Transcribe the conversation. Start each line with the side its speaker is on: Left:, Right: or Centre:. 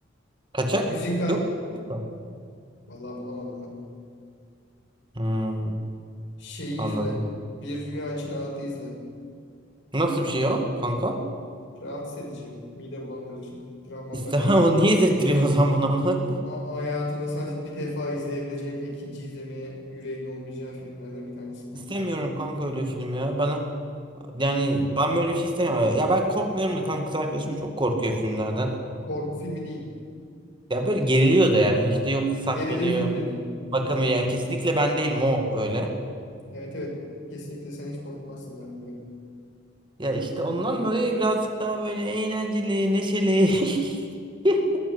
Right: Kaçak?
Left: Müzikal.
Right: Yok mu?
Left: Vallahi bulamadım ben.
Right: Hmm,
Left: Şeyi
Right: anladım.
Left: izle. Bir Rüya için Ağıt'ı izle.
Right: Nasıl bir şey o kanka?
Left: Rahatsız edici. Mide bulandırıcı. Travma
Right: İstemem
Left: bırakıcı.
Right: <laughs> ama niye izlettiriyorsun o zaman bana onu?
Left: A- hayatında sadece bir defa izleyebileceğim ve ikinci izlemeye yüreğinin olmayacağı filmlerden bir tanesi
Right: <laughs>
Left: kanki.
Right: İstemiyorum kanka öyle film ya. Bana Yani ben böyle bir şey istemiyorum. Ya Ya ben korkmuyorum da kanka kız arkadaşım çok korkuyor filmlerden.
Left: Korku filmi değil.
Right: Ya böyle geriliyor da yani işte yok saklanıyor.
Left: Gerilim filmi de değil.
Right: Bakamıyor yani kesinlikle ben değilim o öyle.
Left: Evet evet. Kesinlikle sen hiç korkmazsın ben biliyorum.
Right: Ya işte ondan dolayı birazcık daha böyle eğlenceli, neşeli. <laughs>